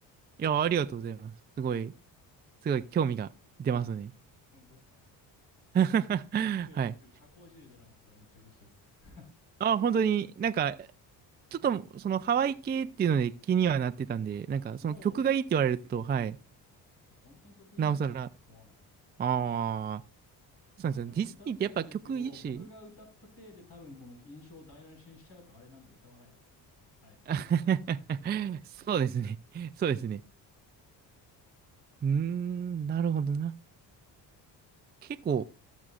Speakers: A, on the right; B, on the left.
A: いや、ありがとうございます。すごい、すごい興味が出ますね。
B: <laughs> 本当ですか
A: <laughs>
B: 失礼ですけど社交辞令じゃなかったらめっちゃ嬉しいです
A: はい。
B: <laughs>
A: あ、本当になんか、ちょっとそのハワイ系っていうので気にはなってたんで、なんかその曲がいいって言われると、
B: おお
A: はい、
B: いや本当に曲いいっすよモアナ
A: なおさら、ああ、そうですね。
B: まあなんか歌ってもいいですけど僕が歌ったせいで多分この印象を台無しにしちゃうとあれなんで歌わないです
A: ディズニーってやっぱ曲いいし。
B: <laughs> あえて
A: <laughs> そうですね。そうですね。うーん、なるほどな。結構